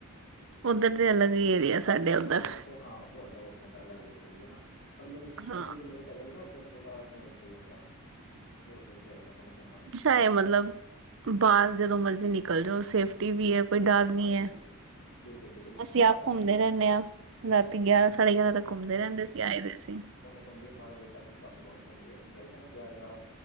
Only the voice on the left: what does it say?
ਹਾਂ ਉੱਥੇ ਹਾਂ ਤੁਹਾਡਾ ਉਹ ਉਦਾਂ ਦਾ ਅਲੱਗ ਏਰੀਆ ਨਾ ਪਰ
ਪਰਲੀ ਕਲੋਨੀ ਪੈ ਜਾਂਦੀ ਨਾ ਉੱਧਰ ਥੋੜ੍ਹਾ ਮਾਹੌਲ ਸਹੀ ਹੁੰਦਾ ਹੈ ਤੇ ਉੱਧਰ ਹੀ ਜਾਈਦਾ ਆਪਣਾ ਘੁੰਮਣ
ਹਾਂਜੀ
ਹਾਂਜੀ ਬਿਲਕੁਲ ਬਿਲਕੁਲ
ਸਾਰਾ
ਮਤਲਬ
ਕਿ
ਘੁੰਮਦੇ ਬਾਰਾਂ ਵਜੇ ਤੱਕ ਵੀ ਕਾਫੀ ਰੌਣਕ ਹੁੰਦੀ ਐ ਅਸੀ ਜਾਈਦਾ ਦਾ ਨਾ ਗਿਆਰਾਂ-ਗਿਆਰਾਂ,